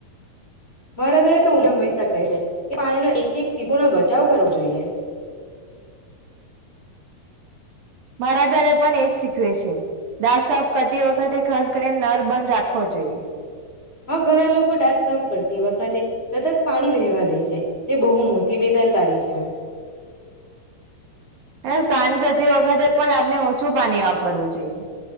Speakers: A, on the left; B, on the right.
A: મારા ઘરે તો હંમેશા કહે છે કે પાના એક એક તીપો ના બચાવ કરવો જોઈએ.
B: મારા ઘરે પણ એજ શીખવે છે. દાંત સાફ કરતી વખતે ખાસ કરીને નર બંધ રાખવો જોઈએ.
A: હા ઘણા લોકો દાંત સાફ કરતી વખત સતત પાણી ભેહવા દે છે તે બહુ મોટી બેદાર કરી છે
B: સ્નાન કરતી વખતે પણ આપણે ઓછું પાણી વાપરવું જોઈએ.